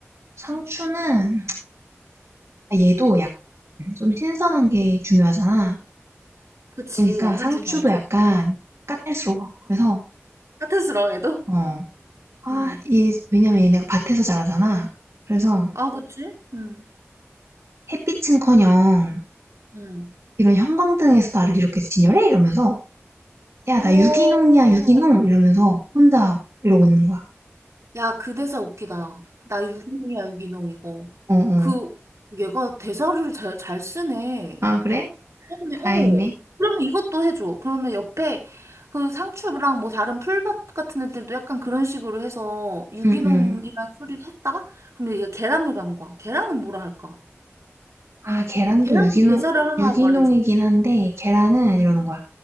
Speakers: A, on the right; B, on the right.
A: 상추는, 아, 얘도 약간 좀 신선한 게 중요하잖아.
B: 그치,
A: 그러니까
B: 완전
A: 상추도
B: 중요하지.
A: 약간 까탈스러워. 그래서,
B: 까탈스러워, 얘도?
A: 어, 아,
B: 음.
A: 이, 왜냐면 얘네가 밭에서 자라잖아. 그래서
B: 아, 그치? 음.
A: 햇빛은커녕
B: 음.
A: 이런 형광등에서 나를 이렇게 진열해? 이러면서, 야,
B: 어,
A: 나 유기농이야, 유기농! 이러면서 혼자 이러고 있는 거야.
B: 야, 그 대사 웃기다. 나 유기농이야, 유기농 이거.
A: 어, 어.
B: 그, 얘가 대사를 잘, 잘 쓰네.
A: 아, 그래?
B: 그러네,
A: 다행이네.
B: 어. 그러면 이것도 해줘. 그러면 옆에 그 상추랑 뭐 다른 풀밭 같은 애들도 약간 그런 식으로 해서 유기농이라는
A: 응, 응.
B: 소리를 했다가, 그러면 얘가 계란을 간 거야. 계란은 뭐라 할까?
A: 아, 계란도
B: 계란도
A: 유기농,
B: 대사를 하나
A: 유기농이긴
B: 말해줘.
A: 한데, 계란은
B: 응,
A: 이러는 거야.